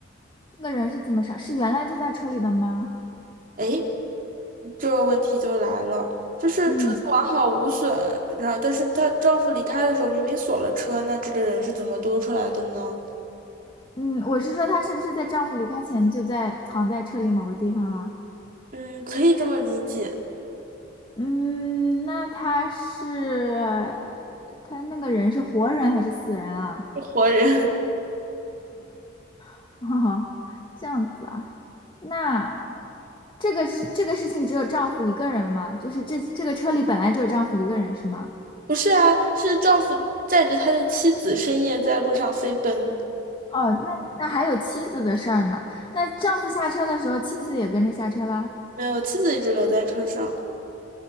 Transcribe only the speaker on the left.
那个人是怎么上？是原来就在车里的吗？
嗯。
嗯，我是说她是不是在丈夫离开前就在藏在车里某个地方了？
嗯，那她是她那个人是活人还是死人啊？
<laughs> 哦，这样子啊，那这个事这个事情只有丈夫一个人吗？就是这这个车里本来只有丈夫一个人是吗？
哦，那那还有妻子的事儿呢。那丈夫下车的时候，妻子也跟着下车了。